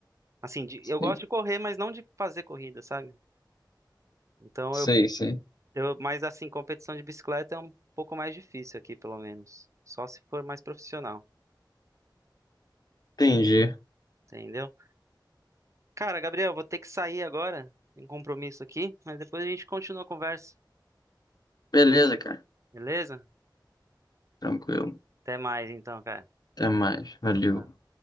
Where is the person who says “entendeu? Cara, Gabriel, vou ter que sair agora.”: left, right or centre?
Right